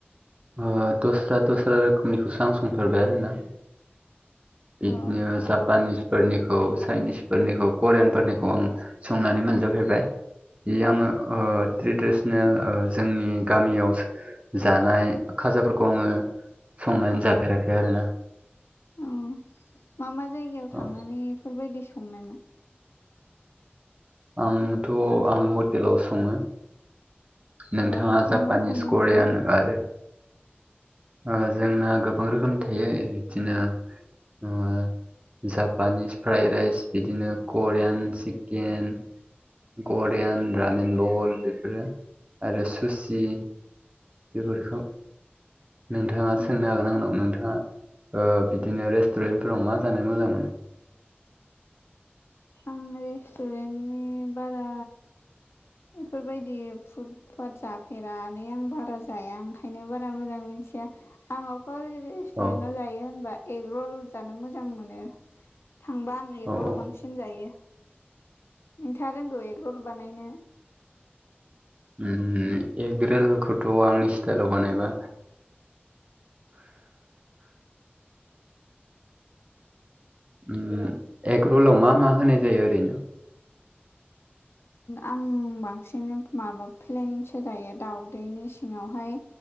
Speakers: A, on the right; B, on the left.
A: ओ दस्रा दस्रा रोखोमनिखौसो आं संफेरबाय आरोना बिदिनो
B: औ
A: जापानिस फोरनिखौ चाइनिस फोरनिखौ करियान फोरनिखौ आं संनानै मोनजाफेरबाय। बे आङो ओ ट्रेडिसनेल जोंनि गामियाव जानाय खाजाफोरखौ आङो संनानै जाफेराखै आरोना।
B: औ मा मा जायगायाव थांनानै
A: औ
B: बेफोरबायदि संनायमोन?
A: आंथ' आं हटेलाव सङो। नोंथाङा
B: औ
A: जापानिस
B: मा मा संनो
A: करियान
B: मोनो
A: आरो ओ जोंना गोबां रोखोमनि थायो बिदिनो ओ जापानिस फ्राइ राइस बिदिनो करियान चिकेन करियान रामेन बल बेफोरो आरो सुसि बेफोरखौ नोंथाङा
B: औ
A: सोंनो हागोन आंनाव नोंथाङा ओ बिदिनो रेस्टुरेन्टफोराव मा जानो मोजां मोनो?
B: आं रेस्टुरेन्टनि बारा बेफोरबायदि फुट पाट जाफेरानोलै आं बारा जाया आं बेखायनो बारा मोजां मिथिया आङो अकल रेस्टुरेन्ट
A: औ
B: आव जायो होनबा एग रल जानो मोजां मोनो। थांबा आं एगरल
A: औ औ
B: बांसिन जायो। नोंथाङा रोंगौ एगरल बानायनो?
A: उम उम एगरलखौथ' आंनि स्टाइलाव बानायबा उम एगरलाव मा मा होनाय जायो ओरैनो
B: आं बांसिन माबा प्लेनसो जायो दाउदैनि सिङावहाय